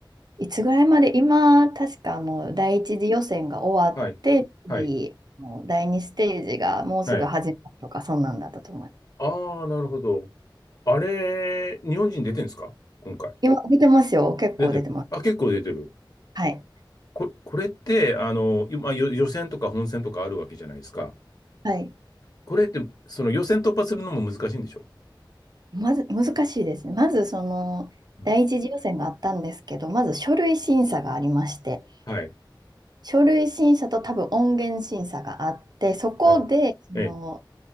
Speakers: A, on the right; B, on the left.
A: いつぐらいまで、今、確かあの第一次予選が終わって、
B: はい。
A: 次、
B: はい。
A: もう第二ステージがもうすぐ始まるとか、
B: はい。
A: そんなんだったと思います。
B: ああ、なるほど。あれ、日本人出てるんですか今回。
A: 今、出てますよ。結構出てます。
B: 出てる。あ、結構出てる。
A: はい。
B: こ、これって、あの、よまあ、よ予選とか本戦とかあるわけじゃないですか。
A: はい。
B: これって、その予選突破するのも難しいんでしょ
A: まず、難しいですね。まず、その、
B: うん。
A: 第一次予選があったんですけど、まず書類審査がありまして、
B: はい。
A: 書類審査と多分音源審査があって、そこで、
B: はい。
A: その、
B: ええ。